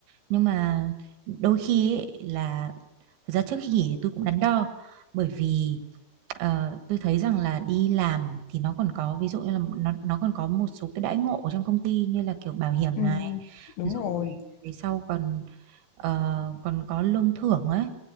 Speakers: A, on the right (about 70°); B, on the left (about 70°).
A: nhưng mà đôi khi ấy, là Thật ra trước khi nghỉ thì tôi cũng đắn đo bởi vì ờ, tôi thấy rằng là đi làm thì nó còn có ví dụ như là nó nó còn có một số cái đãi ngộ ở trong công ty như là kiểu bảo hiểm
B: ừ,
A: này
B: đúng
A: rồi
B: rồi
A: về sau còn ờ, còn có lương thưởng ấy